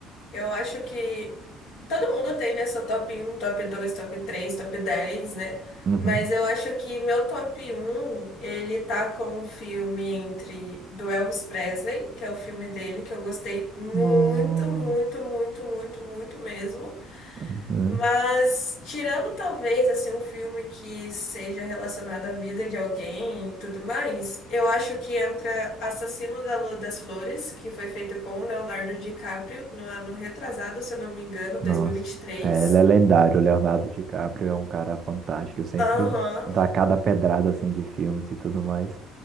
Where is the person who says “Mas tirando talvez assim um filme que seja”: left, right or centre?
Left